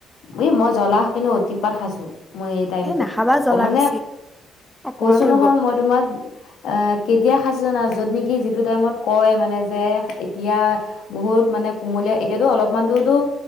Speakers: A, on the left; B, in the centre.
A: এই মই জ্বলা কিন্তু অতিপাত খাইছো। মই এই টাইমত
B: এ নাখাবা জ্বলা
A: মানে
B: বেছি অপকাৰ
A: কৈছো
B: কৰিব
A: নহয় মই তোমাক এ কেতিয়া খাইছো। জানা য'ত নেকি যিত টো টাইমত কয় মানে যে এতিয়া বহুত মানে কুমলীয়া এতিয়াতো অলপমানতটোতো